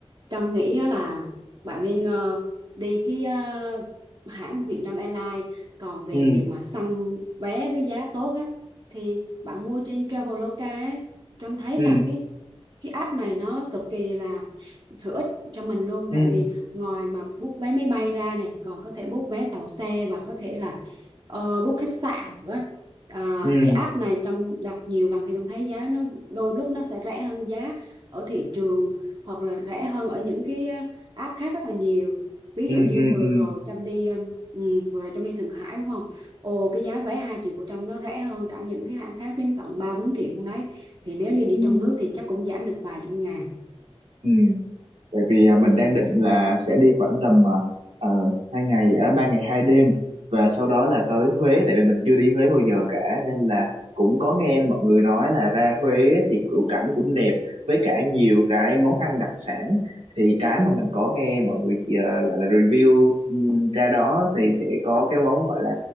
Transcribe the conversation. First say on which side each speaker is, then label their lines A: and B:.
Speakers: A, on the right; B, on the right.
A: Trâm nghĩ á là bạn nên ờ, đi cái ờ, hãng Vietnam Airlines còn về
B: Ừ.
A: việc mà săn vé với giá tốt á thì bạn mua trên Traveloka ấy. Trâm thấy
B: Ừ.
A: là cái cái app này nó cực kỳ là hữu ích cho mình luôn
B: Ừ.
A: tại vì ngoài mà book vé máy bay ra này còn có thể book vé tàu xe và có thể là ờ, book khách sạn nữa à,
B: ừ
A: cái app này trong đặt nhiều lần thì em thấy giá nó đôi lúc nó sẽ rẻ hơn giá ở thị trường hoặc là rẻ hơn ở những cái ờ, app khác rất là nhiều ví
B: ừ
A: dụ như
B: ừ
A: vừa
B: ừ
A: rồi Trâm đi ờ, ừ, vừa rồi Trâm đi Thượng Hải đúng không ồ cái giá vé hai triệu của Trâm nó rẻ hơn cả những cái hãng khác đến tận 3 4 triệu luôn đấy thì nếu đi đi
B: Ừ.
A: trong nước thì chắc cũng giảm được vài trăm ngàn
B: ừ bởi vì à, mình
A: ừ.
B: đang định là sẽ đi khoảng tầm à, ờ, hai ngày à, ba ngày hai đêm và sau đó là tới Huế tại vì mình chưa đi Huế bao giờ cả nên là cũng có nghe mọi người nói là ra Huế thì cửu cảnh cũng đẹp với cả nhiều cái món ăn đặc sản thì cái mà mình có nghe mọi người ờ, gọi là review ừm, ra đó thì sẽ có cái món gọi là